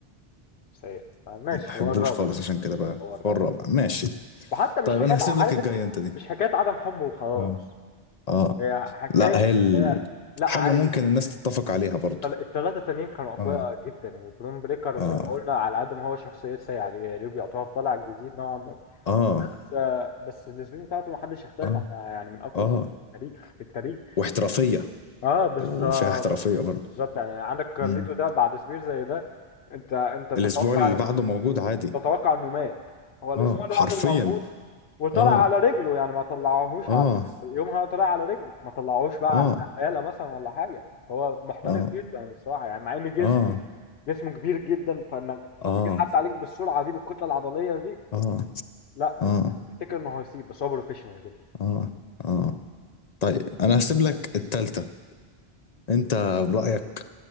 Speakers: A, on the left (about 75°); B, on the left (about 50°).
A: سيء ماشي
B: ما بحبوش
A: هو الرابع
B: خالص عشان كده بقى
A: هو الرابع
B: هو الرابع ماشي
A: وحتى مش
B: طيب
A: حكاية
B: انا هسيب
A: ع- عارف
B: لك الجاي
A: انت
B: انت دي
A: مش حكاية عدم حب وخلاص
B: اه اه
A: هي حكاية
B: لا هي ال...
A: هي لا
B: حاجه
A: عادي
B: ممكن الناس تتفق عليها برضو
A: التل- التلاتة التانيين كانوا أقوياء
B: اه
A: جدا وبرون بريكر
B: اه
A: زي ما قلنا على قد ما هو شخصية سيئة اليوب يعتبر طالع جديد نوعا ما
B: اه
A: بس آه، بس السبين بتاعته محدش يختلف
B: اه
A: عنها يعني من أقوى
B: اه
A: التاريخ في التاريخ
B: واحترافيه
A: اه بالظبط
B: وفيها احترافيه برضو
A: بالظبط يعني عندك كارليتو
B: امم
A: ده بعد سبير زي ده انت انت تتوقع
B: الاسبوع اللي بعده موجود عادي
A: تتوقع انه مات هو الاسبوع
B: اه
A: اللي
B: حرفيا
A: بعده موجود وطلع
B: اه
A: على رجله يعني ما طلعوهوش
B: اه
A: على يومها طلع على رجله ما طلعوهوش بقى
B: اه
A: على نقاله مثلا ولا حاجه فهو محترف
B: اه
A: جدا بصراحه يعني مع ان جسمه
B: اه
A: جسمه كبير جدا فانك
B: اه
A: يجي حد عليك بالسرعه دي بالكتله العضليه دي
B: اه
A: لا
B: اه
A: تفتكر انه هيسيب بس هو بروفيشنال جدا
B: اه اه طيب انا هسيب لك التالتة انت برأيك